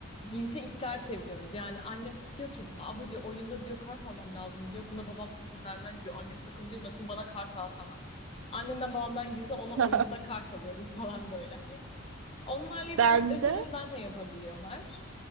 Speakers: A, on the left (about 25°); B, on the right (about 70°).
A: gizli işler çeviriyoruz. Yani annem diyor ki abla diyor oyunda diyor kart almam lazım diyor. Buna babam izin vermez diyor. Annem sakın duymasın bana kart alsana. Annemden babamdan gizli ona
B: <laughs>
A: oyunda kart alıyoruz <laughs> falan böyle. Hani onlarla yapamadıkları
B: Ben de
A: şeyleri benle yapabiliyorlar.